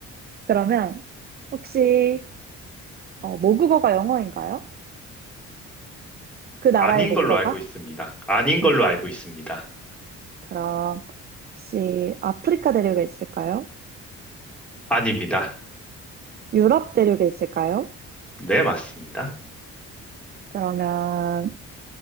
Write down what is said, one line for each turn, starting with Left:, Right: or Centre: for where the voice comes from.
Right: 그러면 혹시 어, 모국어가 영어인가요? 그 나라의
Centre: 아닌
Right: 모국어가?
Centre: 걸로 알고 있습니다. 아닌 걸로
Right: 음.
Centre: 알고 있습니다.
Right: 그럼 혹시 아프리카 대륙에 있을까요?
Centre: 아닙니다.
Right: 유럽 대륙에 있을까요?
Centre: 네, 맞습니다.
Right: 그러면